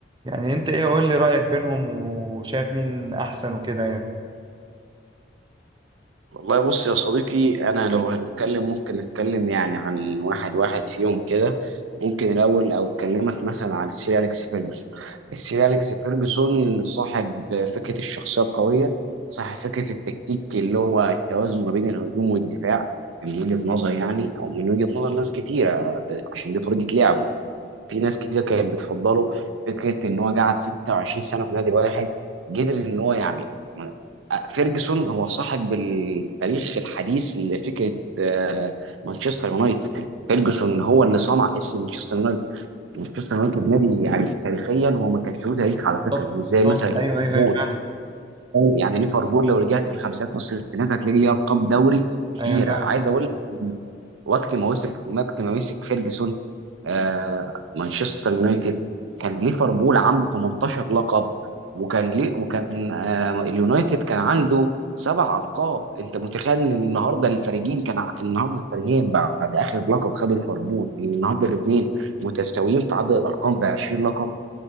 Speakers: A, on the right (about 25°); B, on the right (about 85°).
A: يعني انت ايه قول لي رأيك بينهم وشايف مين احسن وكده يعني
B: والله بص يا صديقي انا لو هنتكلم ممكن نتكلم يعني عن واحد واحد فيهم كده ممكن الاول او اكلمك مثلا عن السير اليكس فيرجسون السير اليكس فيرجسون صاحب فكره الشخصيه القويه صاحب فكره التكتيك اللي هو التوازن ما بين الهجوم والدفاع من وجهه نظري يعني او من وجهه نظر ناس كتيره ده- عشان دي طريقه لعبه في ناس كتير كانت بتفضله فكره ان هو قعد 26 سنه في نادي واحد قدر ان هو يعمل فيرجسون هو صاحب التاريخ الحديث لفكره آه، مانشستر يونايتد فيرجسون هو اللي صنع اسم مانشستر يونايتد مانشستر يونايتد نادي يعني تاريخيا هو ما كانش له تاريخ على فكره
A: بالظبط
B: مش زي
A: بالظبط.
B: مثلا
A: ايوه ايوه
B: ليفربول
A: ايوه فعلا
B: يعني ليفربول لو رجعت في الخمسينات نص الستينات هتلاقي ليه القاب دوري كتير
A: ايوه فعلا
B: عايز اقول لك وقت ما مسك وقت ما مسك فيرجسون آه، مانشستر يونايتد كان ليفربول عنده 18 لقب وكان لي وكان آه، اليونايتد كان عنده سبع القاب انت متخيل ان النهارده الفريقين كان ع- النهارده الفريقين بعد اخر لقب خدوا ليفربول لان النهارده الاثنين متساويين في عدد الارقام ب 20 لقب